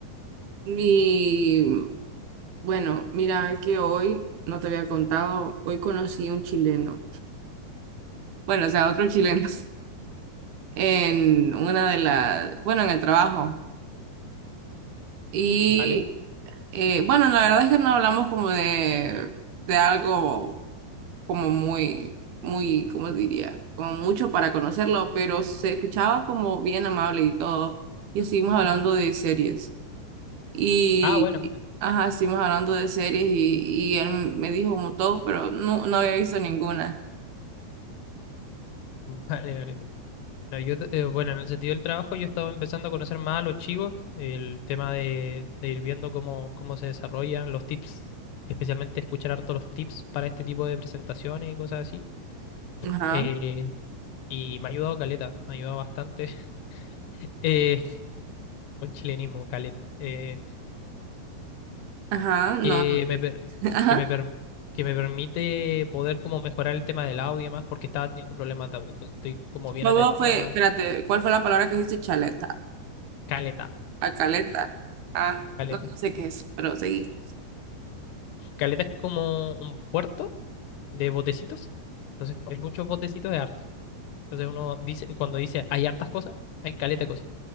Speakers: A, on the right; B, on the left.
A: Y bueno, mira que hoy, no te había contado, hoy conocí un chileno. Bueno, o sea, otro chileno. en una de las, bueno, en el trabajo. Y
B: ¿Vale?
A: eh, bueno, la verdad es que no hablamos como de, de algo como muy, muy, ¿cómo diría? Como mucho para conocerlo, pero se escuchaba como bien amable y todo. Y estuvimos hablando de series. Y,
B: Ah, bueno, bueno.
A: ajá, estuvimos hablando de series y, y él me dijo como todo, pero no, no había visto ninguna.
B: <laughs> Vale, vale. No, yo, eh, bueno, en el sentido del trabajo, yo estaba empezando a conocer más a los chicos, el tema de, de ir viendo cómo, cómo se desarrollan los tips, especialmente escuchar harto los tips para este tipo de presentaciones y cosas así.
A: Ajá,
B: Eh, Y me ha ayudado caleta, me ha ayudado bastante. <laughs> Eh, buen chilenismo, caleta. Eh,
A: ajá, no,
B: que me, per-
A: <laughs> ajá.
B: que me, per- que me permite poder como mejorar el tema del audio y demás, porque estaba teniendo problemas de audio. Entonces estoy como bien
A: ¿Cómo
B: atento
A: fue?
B: a
A: Espérate, ¿cuál fue la palabra que dijiste? Chaleta.
B: caleta,
A: A caleta. Ah,
B: caleta.
A: no, no sé qué es, pero sí.
B: Caleta es como un puerto de botecitos. Entonces, como hay muchos botecitos de harto. Entonces uno dice, cuando dice hay hartas cosas, hay caleta de cosas.